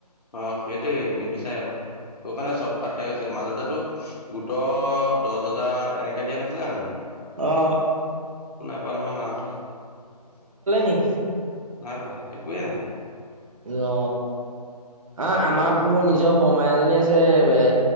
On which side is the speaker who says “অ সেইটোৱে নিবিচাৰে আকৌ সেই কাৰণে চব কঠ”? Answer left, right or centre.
Left